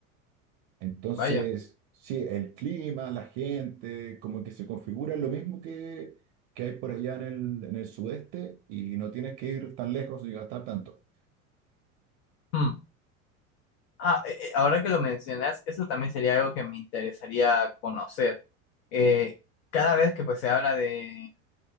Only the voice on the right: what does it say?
Entonces,
sí, el clima, la gente, como que se configura lo mismo que, que hay por allá en el, en el sudeste y no tienes que ir tan lejos ni gastar tanto.